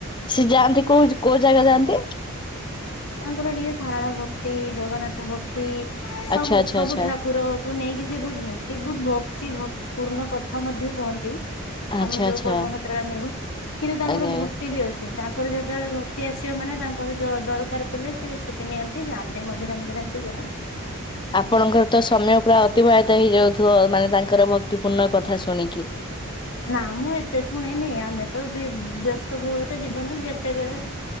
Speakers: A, on the left; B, on the left.
A: ସିଏ ଯାଆନ୍ତି କୋଉ ଯ କୋଉ ଜାଗା ଯାଆନ୍ତି?
B: ତାଙ୍କର ଟିକେ ସାରାଳା ଭକ୍ତି ଜଗନ୍ନାଥ ଭକ୍ତି ସବୁ
A: ଆଚ୍ଛା ଆଚ୍ଛା
B: ସବୁ
A: ଆଚ୍ଛା
B: ଠାକୁର ଙ୍କୁ ନେଇକି ସେ ବହୁତ ଭକ୍ତି ବହୁତ ଭକ୍ତି ଭକ ପୂର୍ଣ୍ଣ କଥା ମଧ୍ୟ କୁହନ୍ତି।
A: ଆଚ୍ଛା
B: ଆମେ ଯୋଉ
A: ଆଚ୍ଛା
B: କର୍ମ କ୍ଷେତ୍ରରେ ଆମେ ରୋହୁ କିରେ ତାଙ୍କର
A: ଆଜ୍ଞା।
B: ଭକ୍ତି ବି ଅଛି। ତାଙ୍କର ଯେତେଅଳେ ଭକ୍ତି ଆସିବ ମାନେ ତାଙ୍କର ଯୋ ଦରକାର ପଲେ ସେ ଛୁଟି ନିଅନ୍ତି ଯାଆନ୍ତି ମଝିରେ ମଝିରେ ଏମିତି ଯାଆ
A: ଆପଣଙ୍କର ତ ସମୟ ପୁରା ଅତିବାହିତ ହେଇଯାଉଥୁବ ମାନେ ତାଙ୍କର ଭକ୍ତିପୂର୍ଣ୍ଣ କଥା ଶୁଣିକି।
B: ନାଁ ମୁଁ ଏତେ ଶୁଣେନି। ଆମେ ତ ବ ବ୍ୟସ୍ତ ବହୁଳତା ଜୀବନ ଯେତେବେଳେ